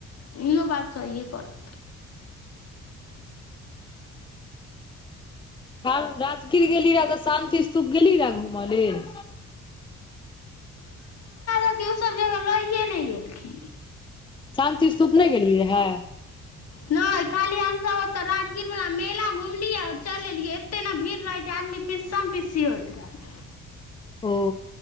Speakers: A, on the left; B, on the left.
A: इहो बात सहीए कहनी
B: और राजगीर गेली रह तऽ शान्ति स्तूप गेली रहे घूम लेल
A: जबकि ओ सब जगह लए नय गेलखिन
B: शान्ति स्तूप ने गेलियै रहे
A: नय खाली हमस ओते राजगीर वाला मेला घुमलियै चल एलिय एते ने भीड़ रहै जे आदमी पिसम पीसी होइत रहै
B: ओ